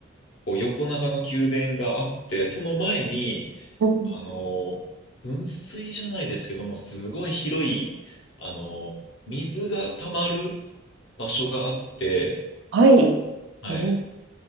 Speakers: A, on the left; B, on the right.
A: こう横長の宮殿があって、その前に、
B: うん。
A: あの、噴水じゃないですけども、すごい広い、あの、水が溜まる場所があって、
B: はい。
A: はい。
B: えー、